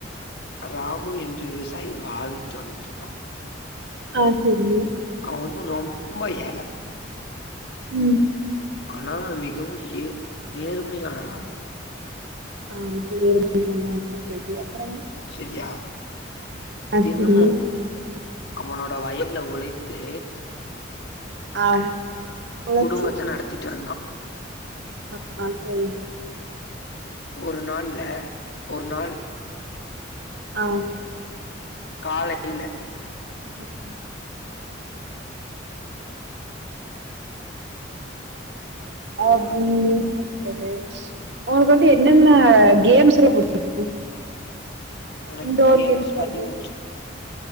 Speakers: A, on the left; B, on the right.
A: ராமு என்று விவசாயி வாழ்ந்துட்டு வந்துட்ருந்தா
B: ஆ செரிங்க
A: அவ வந்து ரொம்ப ஏழ
B: ம்
A: ஆனா மிகவு ஏ நேர்மையானவர்
B: ஆ ஓகே நேர்மையானவர் ஓகே ஓகே அப்பறங்க
A: செரியா
B: ஆ
A: தினமு
B: செரிங்க
A: அவனோட வயல்ல உழைத்து
B: ஆ பொழச்சு
A: குடும்பத்த நடத்திட்டுருந்தா
B: ஆ ஆன் <inaudible>
A: ஒரு நாள்ல ஒரு நாள்
B: ஆ
A: காலைல
B: ஓகே <inaudible> ஆ
A: ஒரு
B: ம் ம் க்றது உங்களுக்கு வந்து என்னென்ன கேம்ஸ் எல்லா புடிக்கு
A: எனக்கு
B: இன்டோர்
A: கேம்ஸ் பாத்தீங்கன்
B: அவுட்டோர்
A: வெச்சுக்கோ
B: கேம்ஸ்